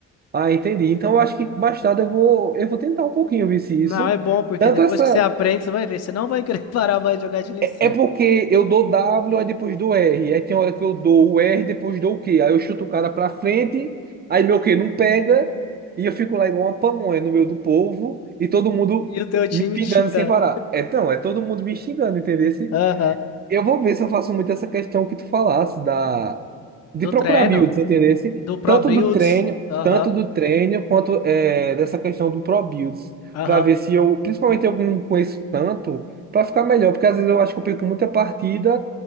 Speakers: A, on the right; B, on the left.
A: ah, entendi. Então eu acho que mais tarde eu vou, eu vou tentar um pouquinho ver se isso.
B: Não, é bom, porque
A: Tanto
B: depois
A: essa.
B: que você aprende, você vai ver, você não vai querer <laughs> parar mais de jogar de Lee
A: É
B: Sin.
A: é porque eu dou W, aí depois dou R. Aí tem hora que eu dou o R, depois dou o Q. Aí eu chuto o cara pra frente, aí meu Q não pega, e eu fico lá igual uma pamonha no meio do povo, e todo mundo
B: E o teu time
A: me pingando
B: te xingando.
A: sem parar. É, não, é todo mundo me xingando, entendeu?
B: Aham.
A: Eu vou ver se eu faço muito essa questão que tu falasse da
B: Do
A: de procurar
B: treino.
A: builds, entendeu?
B: Do Pro
A: Tanto
B: Builds.
A: do treino,
B: Aham,
A: tanto do treino quanto é dessa questão do pro builds,
B: aham.
A: para ver se eu, principalmente eu que não conheço tanto, para ficar melhor, porque às vezes eu acho que eu perco muita partida